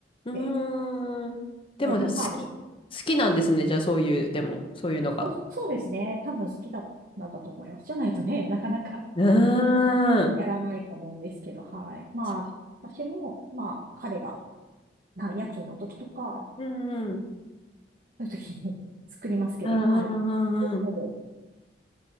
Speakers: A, on the left (about 30°); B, on the right (about 55°).
A: うーん。
B: で、
A: でもじゃあ好き。
B: 料理をサーブする
A: 好きなんですね。じゃあそういう、でも、そういうのが。
B: そう、そうですね。多分好きだったんだと思います。じゃないとね、<laughs> なかなか
A: うーん。
B: やらないと思うんですけど、はい。まあ、
A: そ
B: 私も、まあ、彼が、まあ、夜勤の時とか、
A: ううんうん。
B: そういう時に <laughs> 作りますけど、
A: うんうんうんうん。
B: まあ、ほぼ